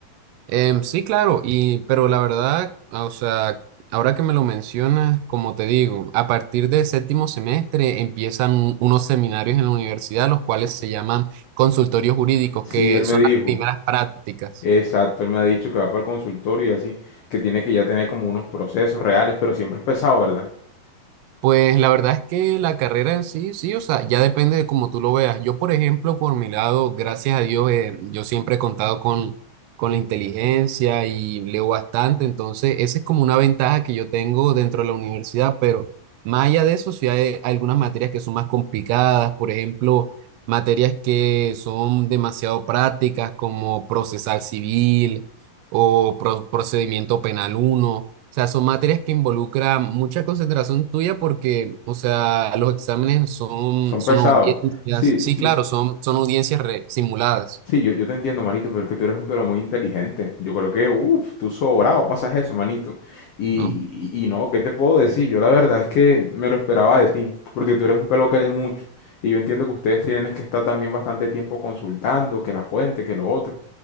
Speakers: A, on the right; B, on the left.
A: Em, sí, claro, y pero la verdad, ah, o sea, ahora que me lo mencionas, como te digo, a partir de séptimo semestre empiezan un- unos seminarios en la universidad, los cuales se llaman consultorios jurídicos,
B: Sí,
A: que
B: él
A: son
B: me dijo,
A: las primeras prácticas.
B: exacto, él me ha dicho que va para el consultorio y así, que tiene que ya tener como unos procesos reales, pero siempre es pesado, ¿verdad?
A: Pues la verdad es que la carrera en sí, sí, o sea, ya depende de cómo tú lo veas. Yo, por ejemplo, por mi lado, gracias a Dios, eh, yo siempre he contado con, con la inteligencia y leo bastante, entonces esa es como una ventaja que yo tengo dentro de la universidad, pero más allá de eso, sí hay algunas materias que son más complicadas, por ejemplo, materias que son demasiado prácticas como procesal civil o pro- procedimiento penal uno sea, son materias que involucran mucha concentración tuya porque, o sea, los exámenes son,
B: Son
A: son
B: pesados.
A: audiencias.
B: Sí,
A: Sí,
B: sí,
A: claro, son, son audiencias re- simuladas,
B: Sí, yo, yo te entiendo, manito, pero es que tú eres un pero muy inteligente. Yo creo que, uff, tú sobrado pasas eso, manito. Y,
A: ¿no?
B: y- y no, ¿qué te puedo decir? Yo la verdad es que me lo esperaba de ti, porque tú eres un pelo que lee mucho. Y yo entiendo que ustedes tienen es que estar también bastante tiempo consultando, que la fuente, que lo otro.